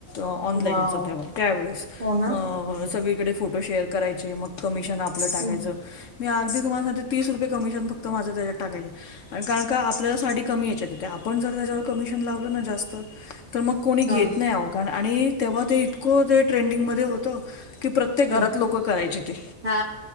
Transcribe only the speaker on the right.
वाव
हो ना
हं
हा
हं
हा